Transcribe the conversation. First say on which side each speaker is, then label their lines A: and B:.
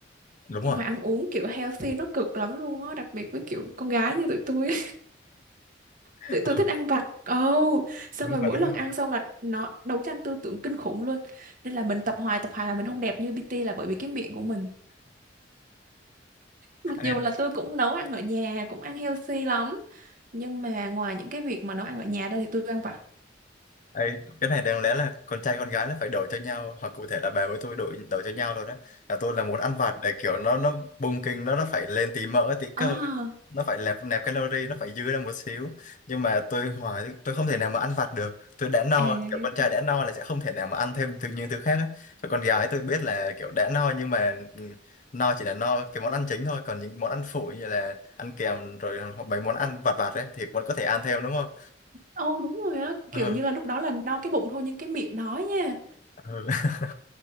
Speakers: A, on the left; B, on the right.
A: đúng
B: nhưng
A: rồi
B: mà ăn uống kiểu healthy nó cực lắm luôn á đặc biệt với kiểu con gái như tụi tôi <laughs>
A: <laughs>
B: tụi tôi thích ăn vặt ồ xong
A: đúng
B: rồi
A: rồi
B: mỗi
A: đúng
B: lần
A: rồi
B: ăn xong là nó đấu tranh tư tưởng kinh khủng luôn nên là mình tập hoài tập hoài là mình không đẹp như PT là bởi vì cái miệng của mình mặc dù
A: Ê,
B: là tôi cũng nấu ăn ở nhà cũng ăn healthy lắm nhưng mà ngoài những cái việc mà nấu ăn ở nhà ra thì tôi ăn vặt
A: Ê, cái này đáng lẽ là con trai con gái là phải đổi cho nhau hoặc cụ thể là bà với tôi đổi đổi cho nhau rồi đấy là tôi là muốn ăn vặt để kiểu nó nó bung kinh nó nó phải lên tí mỡ tí
B: à
A: cơ ấy. nó phải nẹp nẹp calorie nó phải dư ra một xíu nhưng mà tôi hỏi tôi không thể nào mà ăn vặt được tôi đã no
B: à
A: kiểu con trai đã no là sẽ không thể nào mà ăn thêm thứ những thứ khác ấy. Còn con gái tôi biết là kiểu đã no nhưng mà ừ, no chỉ là no cái món ăn chính thôi còn những món ăn phụ như là ăn kèm rồi hoặc mấy món ăn vặt vặt ấy thì vẫn có thể ăn thêm đúng không
B: ồ đúng rồi á kiểu
A: ừ,
B: như là lúc đó là no cái bụng thôi nhưng cái miệng đói nha
A: ừ.